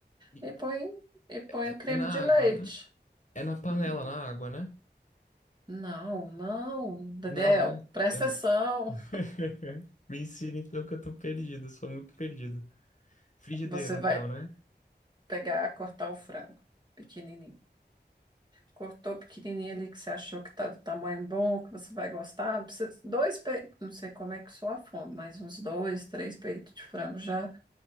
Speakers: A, on the left (about 45°); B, on the right (about 25°).
A: E
B: E põe, e põe
A: é,
B: o creme
A: é na
B: de leite.
A: água, né? É na panela,
B: Hum,
A: na água, né?
B: Não, não, Daniel,
A: Não, né?
B: presta
A: Eu não-
B: atenção.
A: <laughs> Me ensina então que eu tô perdido, sou muito perdido. Frigideira,
B: Você
A: então,
B: vai
A: né?
B: pegar, cortar o frango pequenininho. Cortou pequenininho ali que você achou que tá do tamanho bom, que você vai gostar. Precisa- Dois peitos, não sei como é que soa a fome, mas uns dois, três peitos de frango já,